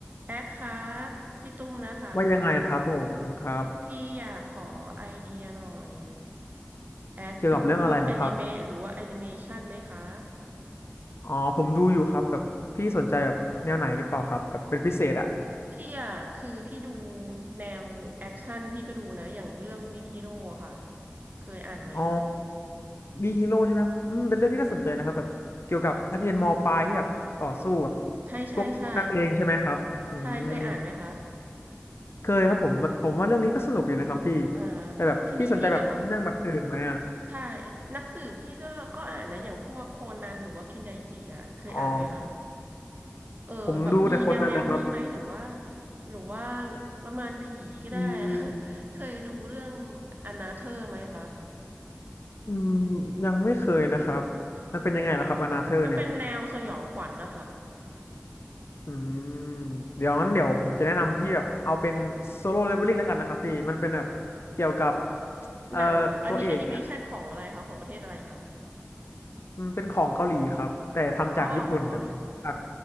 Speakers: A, on the right; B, on the left.
A: แอคคะพี่ตุ้มนะคะ
B: ว่ายังไงครับผมครับ
A: พี่อยากขอไอเดียหน่อยแอคดูพวกแอนิเมะหรือว่าแอนิเมชันไหมคะ
B: เกี่ยวกับเรื่องอะไรนะครับอ๋อผมดูอยู่ครับแบบพี่สนใจแบบแนวไหนหรือเปล่าครับแบบเป็นพิเศษอ่ะ
A: พี่อะคือพี่ดูแนวแอคชั่นพี่ก็ดูนะอย่างเรื่องวิกฮีโร่ค่ะเคยอ่านไหม
B: อ๋อมีฮีโร่ใช่ไหมอืมเป็นเรื่องที่น่าสนใจนะครับแบบเกี่ยวกับนักเรียนมปลายที่แบบต่อสู้กับ
A: ใช่ใช่ใช่
B: พวกนักเลงใช่ไหมครับอืม
A: ใช่เคยอ่านไหมคะ
B: เคยครับผมมันผมว่าเรื่องนี้ก็สนุกดีนะครับพี่
A: อ่า
B: แต่แบบพี่สนใจแบบเรื่องแบบอื่นไหมอ่ะ
A: ทีนี้พี่ก็แบบใช่หนักสืบพี่ก็ก็อ่านนะอย่างพวกโคนันหรือว่าคินไดจิอะเคยอ่านไหมคะ
B: อ๋อ
A: เออแบบมีแนวแนวนี้ไหมหรือว่า
B: ผมดูแต่คนนั้นนะครับ
A: หรือว่าประมาณผีก็ได้
B: อืม
A: <laughs> เคยดูเรื่องอนาเธอร์ไหมคะ
B: อืมยังไม่เคยนะครับมันเป็นยังไงล่ะครับอนาเธอร์เนี่ย
A: อ๋อมันเป็นแนวสยองขวัญนะคะ
B: อืมเดี๋ยวงั้นเดี๋ยวผมจะแนะนำพี่แบบเอาเป็นโซโล่เลเวลลิ่งแล้วกันนะครับพี่มันเป็นแบบเกี่ยวกับเอ่อตัวเอกเนี่ย
A: หนังอันนี้แอนิเมชันของอะไรคะของประเทศอะไรคะ
B: มันเป็นของเกาหลีครับแต่ทำจากญี่ปุ่นแบบจาก
A: อ๋อของเกาหลี